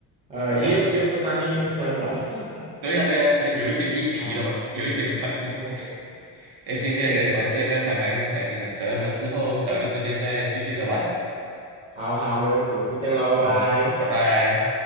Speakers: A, on the right; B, on the right.
A: 呃，
B: 不错不错，
A: 又又不算硬，又不算软。<laughs>
B: 对呀、对呀、有有一些硬皮的嘛，
A: 好，
B: 有一些软皮。
A: 嗯，<laughs>
B: 哎，今天跟你玩这个还蛮开心的，
A: 确实确实。
B: 可能我们之后找个时间再继续的玩。
A: 好好，没问题，就这样喽，
B: 嗯，
A: 拜拜。
B: 这，拜拜。